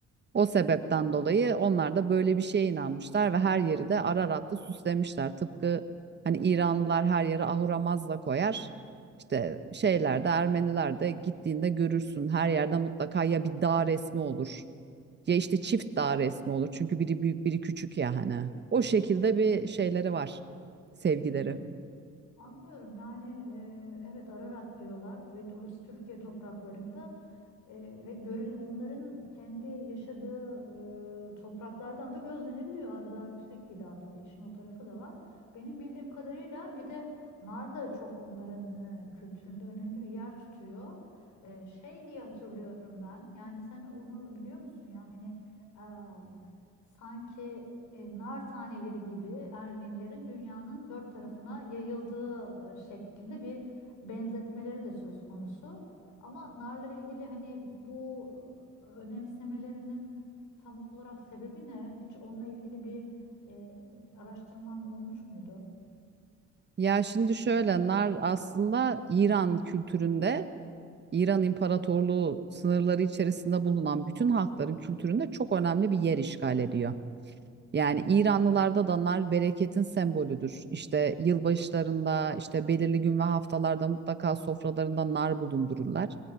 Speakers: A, on the right; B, on the left.
A: O sebepten dolayı onlar da böyle bir şeye inanmışlar ve her yeri de Ararat'la süslemişler. Tıpkı hani İranlılar her yere ahuramazla koyar. İşte şeyler de Ermeniler de gittiğinde görürsün. Her yerde mutlaka ya bir dağ resmi olur ya işte çift dağ resmi olur. Çünkü biri büyük biri küçük ya hani. O şekilde bir şeyleri var sevgileri.
B: Hmm. Anlıyorum yani e, evet Ararat diyorlar ve orası Türkiye topraklarında E, ve görül onların kendi yaşadığı e, topraklardan da gözlenebiliyor. Ağrı Dağı yüksek bir dağ tabii işin o tarafı da var. Benim bildiğim kadarıyla bir de nar da çok onların e, kültüründe önemli bir yer tutuyor. E, şey diye hatırlıyorum ben. Yani sen onu biliyor musun ya hani e, sanki e, nar taneleri gibi Ermenilerin dünyanın dört tarafına yayıldığı e, şeklinde bir benzetmeleri de söz konusu. Ama narla ilgili hani bu önemsemelerinin tam olarak sebebi ne? Hiç onunla ilgili bir e, araştırman olmuş muydu?
A: Ya şimdi şöyle nar aslında İran kültüründe, İran İmparatorluğu sınırları içerisinde bulunan bütün halkların kültüründe çok önemli bir yer işgal ediyor. Yani İranlılarda da bereketin sembolüdür. İşte yılbaşlarında, işte belirli gün ve haftalarda mutlaka sofralarında nar bulundururlar.